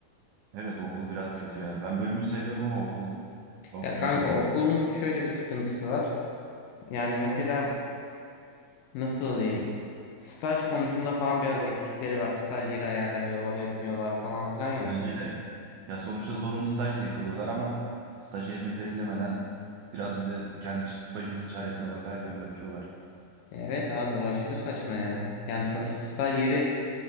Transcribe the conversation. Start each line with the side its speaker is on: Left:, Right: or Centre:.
Right: evet okul biraz kötü yani. Ben bölümü seviyorum ama okul okul
Left: Ya kanka
Right: pek iyi değil.
Left: okulun şöyle bir sıkıntısı var. Yani mesela nasıl diyeyim? Staj konusunda falan biraz eksikleri var. Staj yeri ayarlamıyorlar, etmiyorlar falan filan ya.
Right: Bence de. Ya sonuçta zorunlu staj diye kılıyorlar ama staj yerini belirlemeden biraz bizi kendi ç- başımızın çaresine bakar gibi bırakıyorlar.
Left: Evet abi o aşırı saçma ya. Yani sonuçta staj yeri